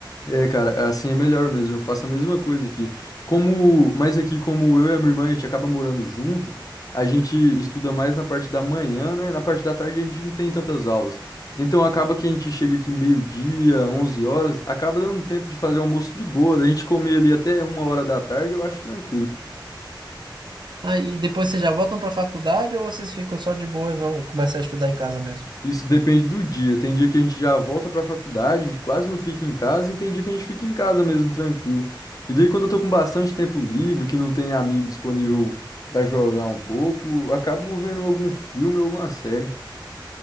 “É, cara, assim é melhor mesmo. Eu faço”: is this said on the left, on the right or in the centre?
Left